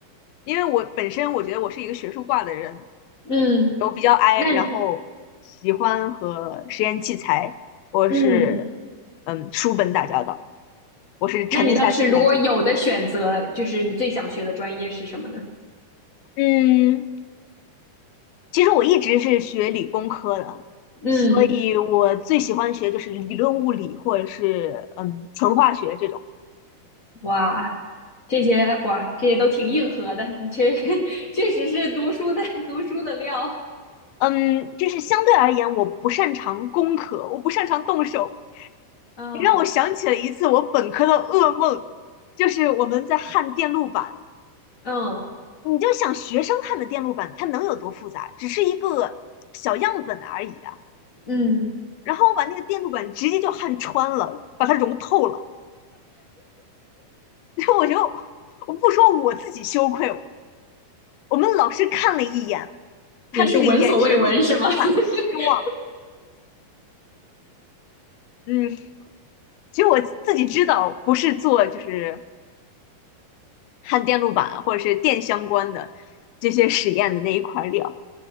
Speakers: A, on the left; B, on the left.
A: 因为我本身我觉得我是一个学术挂的人，
B: 嗯，
A: 我比较 I，
B: 那
A: 然后喜欢和实验器材或是
B: 嗯，
A: 嗯书本打交道，我是沉得下心来做。
B: 那你倒是如果有的选择，就是你最想学的专业是什么呢？
A: 嗯，其实我一直是学理工科的，
B: 嗯，
A: 所以我最喜欢学就是理论物理或者是嗯纯化学这种。
B: 哇，这些哇，这些都挺硬核的，你确 <laughs> 确实是读书的读书的料。
A: 嗯，就是相对而言，我不擅长工科，我不擅长动手。
B: 哦，
A: 你让我想起了一次我本科的噩梦，就是我们在焊电路板。
B: 嗯
A: 你就想学生焊的电路板，它能有多复杂？只是一个小样本而已啊。
B: 嗯，
A: 然后我把那个电路板直接就焊穿了，把它融透了。<laughs> 然后我就，我不说我自己羞愧，我们老师看了一眼，他的那个眼神里就充满了失望。
B: 也是闻所未闻是吗？<laughs>
A: 嗯，其实我自己知道，不是做就是焊电路板啊或者是电相关的这些实验的那一块料，